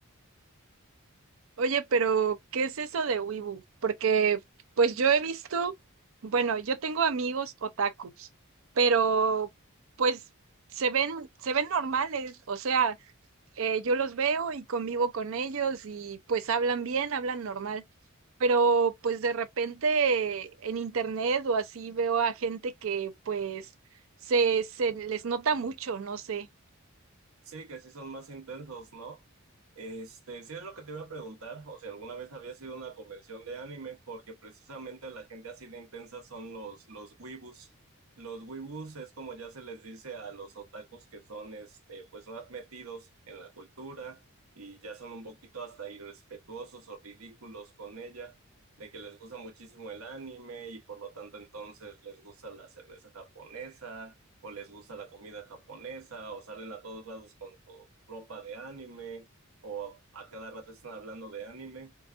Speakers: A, on the right; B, on the right.
A: Oye, pero ¿qué es eso de Wibu? Porque pues yo he visto, bueno, yo tengo amigos otakus, pero pues se ven, se ven normales, o sea, eh, yo los veo y convivo con ellos y pues hablan bien, hablan normal, pero pues de repente en internet o así veo a gente que pues se, se les nota mucho, no sé.
B: Sí, que sí son más intensos, ¿no? Este, sí es lo que te iba a preguntar, o si alguna vez había sido una convención de anime, porque precisamente la gente así de intensa son los, los weebus. Los weebus es como ya se les dice a los otakus que son, este, pues más metidos en la cultura y ya son un poquito hasta irrespetuosos o ridículos con ella, de que les gusta muchísimo el anime y por lo tanto entonces les gusta la cerveza japonesa o les gusta la comida japonesa, o salen a todos lados con su ropa de anime, o a cada rato están hablando de anime,